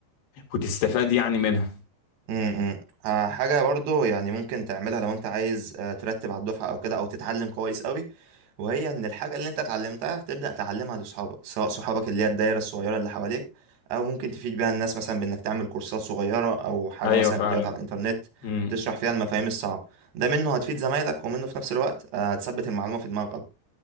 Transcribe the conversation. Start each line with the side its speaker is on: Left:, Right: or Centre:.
Left: وتستفاد يعني منها
Right: امم امم. آه، حاجة برضو يعني ممكن تعملها لو انت عايز آه، ترتب على الدفعة او كده او تتعلم كويس قوي وهي ان الحاجة اللي انت اتعلمتها تبدأ تعلمها لصحابك سواء صحابك اللي هي الدايرة الصغيرة اللي حواليك او ممكن تفيد بيها الناس مثلا بانك تعمل كورسات صغيرة او حاجة
Left: ايوه
Right: مثلا
Left: فعلا
Right: فيديوهات على الانترنت
Left: مم.
Right: تشرح فيها المفاهيم الصعبة ده منه هتفيد زمايلك ومنه في نفس الوقت آه، هتثبت المعلومة في دماغك